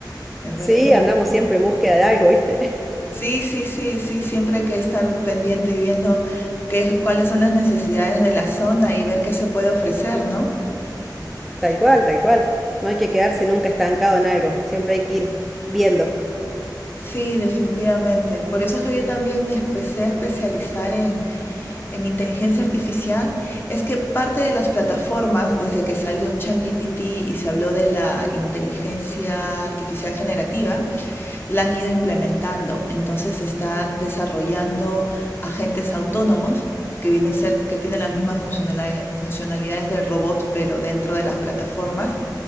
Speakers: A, on the left; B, in the centre.
A: Me parece.
B: Sí, andamos siempre en búsqueda de algo, ¿viste?
A: Sí, sí, sí, sí. Siempre hay que estar pendiente y viendo qué, cuáles son las necesidades de la zona y ver qué se puede ofrecer, ¿no? Sí.
B: Tal cual, tal cual. No hay que quedarse nunca estancado en algo, siempre hay que ir viendo.
A: Sí, definitivamente. Por eso es que yo también me empecé a especializar en, en inteligencia artificial. Es que parte de las plataformas, desde que salió ChatGPT y se habló de la inteligencia artificial generativa, la han ido implementando. Entonces están desarrollando agentes autónomos que vienen a ser, que tienen las mismas funcionalidades, funcionalidades del robot, pero dentro de las plataformas